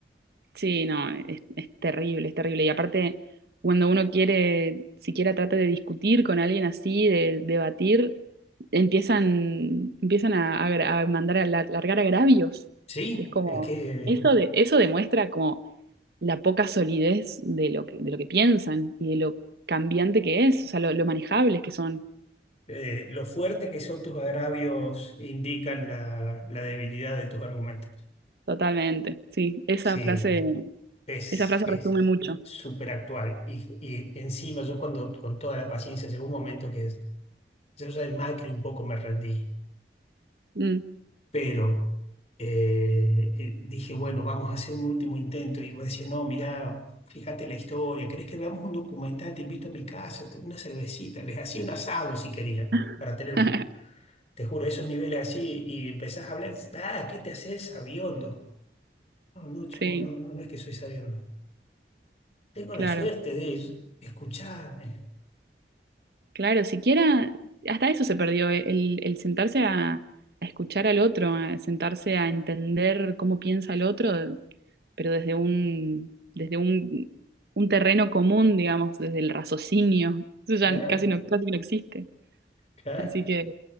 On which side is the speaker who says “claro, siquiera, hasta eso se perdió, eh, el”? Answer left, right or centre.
Right